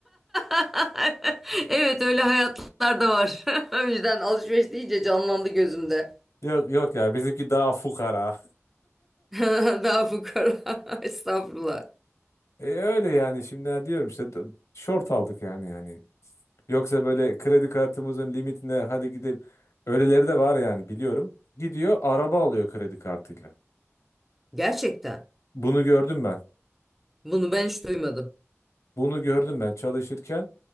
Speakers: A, in the centre; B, on the left.
A: <laughs> Evet öyle hayatlar da var. <laughs> O yüzden alışveriş deyince canlandı gözümde.
B: Yok yok ya bizimki daha fukara.
A: <laughs> Daha fukara. <laughs> Estağfurullah.
B: E öyle yani şimdi ha diyorum işte d- short aldık yani yani. Yoksa böyle kredi kartımızın limitine hadi gidelim. Öyleleri de var yani biliyorum. Gidiyor araba alıyor kredi kartıyla.
A: Gerçekten.
B: Bunu gördüm ben.
A: Bunu ben hiç duymadım.
B: Bunu gördüm ben çalışırken.